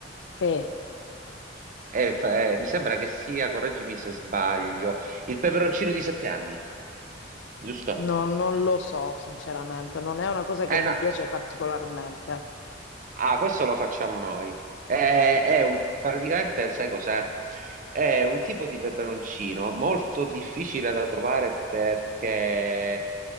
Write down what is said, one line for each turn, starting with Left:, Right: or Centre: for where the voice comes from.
Left: sì,
Right: Eh, fa- eh, mi sembra che sia, correggimi se sbaglio, il peperoncino di sette anni, giusto?
Left: no, non lo so sinceramente, non è una cosa che
Right: Eh
Left: mi
Right: no.
Left: piace particolarmente.
Right: Ah, questo lo facciamo noi. È,
Left: Mm.
Right: è un, praticamente, sai cos'è? È un tipo di peperoncino molto difficile da trovare perché